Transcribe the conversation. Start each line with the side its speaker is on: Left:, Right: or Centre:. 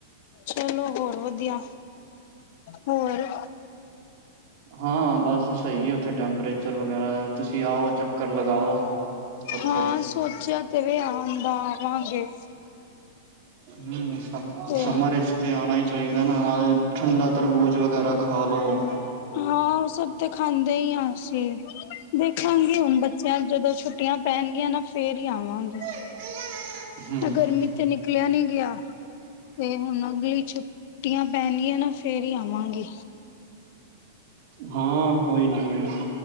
Left: ਚਲੋ ਹੋਰ ਵਦੀਆ। ਹੋਰ?
Right: ਹਾਂ, ਬਸ ਸਈ ਐ ਉੱਥੇ ਟੈਂਪਰੇਚਰ ਵਗੈਰਾ, ਤੁਸੀਂ ਆਓ ਚੱਕਰ ਲਗਾਓ। ਉੱਥੇ
Left: ਹਾਂ, ਸੋਚੇਆ ਤੇ ਵੇ ਆਣ ਦਾ, ਆਵਾਂਗੇ।
Right: ਹਮ, ਸਮ,
Left: ਤੇ
Right: ਸਮਰ ਚ। ਤੇ ਆਣਾ ਹੀ ਚਾਹੀਦਾ ਨਾ, ਨਾਲੇ ਠੰਡਾ ਤਰਬੂਜ਼ ਵਗੈਰਾ ਖਾ ਲਓ।
Left: ਹਾਂ, ਓ ਸਬ ਤੇ ਖਾਂਦੇ ਈ ਹਾਂ ਅਸੀਂ। ਦੇਖਾਂਗੀ ਹੁਨ ਬੱਚੇਆਂ ਨੂੰ ਜਦੋਂ ਛੁੱਟੀਆਂ ਪੈਣਗੀਆਂ ਨਾ, ਫੇਰ ਹੀ ਆਵਾਂਗੀ।
Right: <unintelligible> ਹੂੰ
Left: ਅ ਗਰਮੀ 'ਚ ਨਿਕਲੇਆ ਨੀ ਗੇਆ। ਤੇ, ਹੁਣ ਅਗਲੀ ਛੁੱਟੀਆਂ ਪੈਣੀਆਂ ਨਾ ਫੇਰ ਈ ਆਵਾਂਗੀ।
Right: ਹਾਂ, ਕੋਈ ਨੀ। ਹੈ।